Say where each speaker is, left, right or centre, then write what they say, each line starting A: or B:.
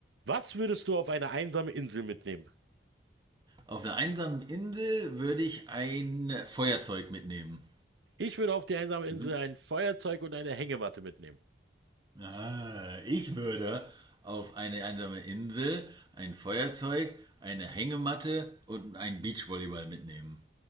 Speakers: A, on the right; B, on the right.
A: Was würdest du auf eine einsame Insel mitnehmen?
B: Auf einer einsamen Insel würde ich ein Feuerzeug mitnehmen.
A: Ich würde auf die einsame Insel
B: Mhm.
A: ein Feuerzeug und eine Hängematte mitnehmen.
B: Ah, ich würde auf eine einsame Insel ein Feuerzeug, eine Hängematte und einen Beachvolleyball mitnehmen.